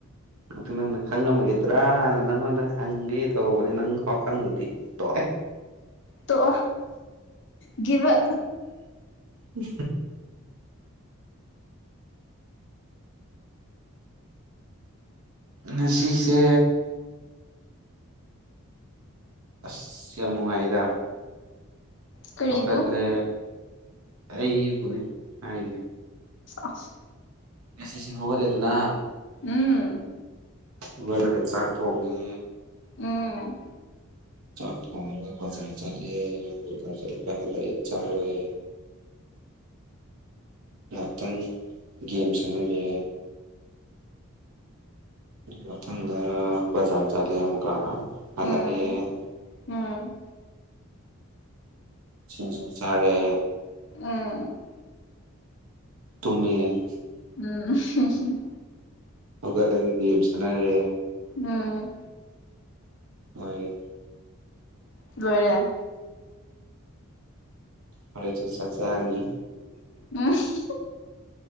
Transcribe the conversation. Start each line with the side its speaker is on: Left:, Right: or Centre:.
Right: ꯑꯗꯨ ꯅꯪꯅ ꯈꯪꯉꯝꯃꯒꯗ꯭ꯔꯥꯅ ꯅꯪꯉꯣꯟꯗ ꯍꯪꯒꯦ ꯇꯧꯕꯅꯦ ꯅꯪ ꯍꯥꯎ ꯈꯪꯕꯗꯤ ꯇ
Left: ꯇ ꯑꯣ ꯒꯤꯕ
Right: ꯎ ꯉꯁꯤꯁꯦ ꯑꯁ ꯌꯥꯝ ꯅꯨꯡꯉꯥꯏꯌꯦꯗ
Left: ꯀꯔꯤꯕꯨ
Right: ꯍꯧꯀꯠꯂꯦ ꯑꯩꯕꯨꯅꯦ ꯍꯥꯏꯁꯦ
Left: ꯑꯁ
Right: ꯉꯁꯤꯁꯤꯡ ꯍꯧꯒꯠꯂꯦꯗꯅ
Left: ꯎꯝ
Right: ꯏꯂꯣꯜꯂꯒ ꯆꯥꯛ ꯊꯣꯡꯉꯤ
Left: ꯎꯝ
Right: ꯆꯥꯛ ꯊꯣꯡꯉꯒ ꯕꯖꯥꯔ ꯆꯠꯂꯦ ꯕꯖꯥꯔ ꯆꯠꯂꯨꯔ ꯍꯜꯂꯛꯑꯦ ꯆꯥꯔꯦ ꯉꯥꯛꯇꯪ ꯒꯦꯝ ꯁꯥꯟꯅꯔꯦ ꯃꯊꯪꯗ ꯕꯖꯥꯔ ꯆꯠꯂꯦ ꯑꯃꯨꯛꯀ ꯍꯜꯂꯛꯑꯦ
Left: ꯎꯝ ꯎꯝ
Right: ꯁꯤꯡꯖꯨ ꯆꯥꯔꯦ
Left: <unintelligible>
Right: ꯇꯨꯝꯃꯦ
Left: ꯎꯝ
Right: ꯍꯧꯒꯠꯂꯒ ꯒꯦꯝ ꯁꯅꯥꯔꯦ
Left: ꯎꯝ
Right: ꯍꯣꯏ
Left: ꯂꯣꯏꯔꯦ
Right: ꯍꯣꯔꯦꯟꯁꯨ ꯆꯥꯛ ꯆꯥꯔꯅꯤ
Left: <unintelligible>